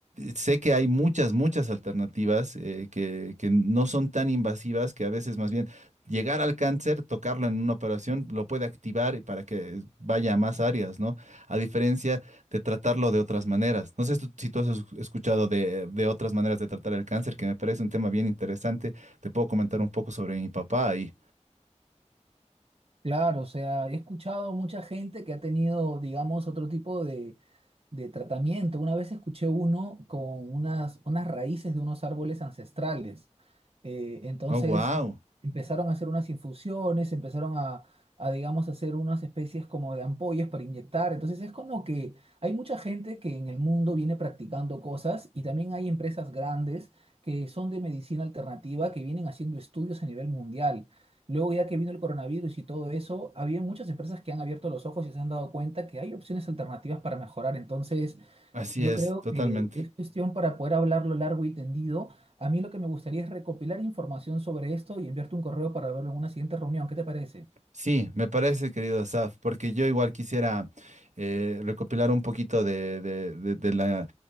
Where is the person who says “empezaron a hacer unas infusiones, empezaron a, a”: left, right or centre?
Right